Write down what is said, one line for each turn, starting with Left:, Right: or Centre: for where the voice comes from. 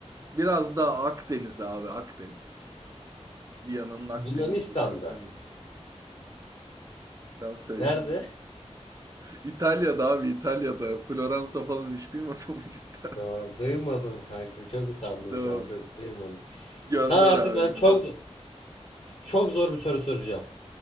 Right: Biraz daha Akdeniz abi Akdeniz. Viyana'nın Akdeniz
Left: Yunanistan'da.
Right: Akdeniz. Tam söyleyeyim
Left: Nerede?
Right: ben. <laughs> İtalya'da abi İtalya'da. Floransa falan hiç duymadım mı cidden?
Left: Tamam, duymadım kanka. Çok utandım
Right: <laughs> Tamam.
Left: şu an. Çok duymadım.
Right: Gönder
Left: Sana artık
Right: abi
Left: ben
Right: gönder.
Left: çok çok zor bir soru soracağım.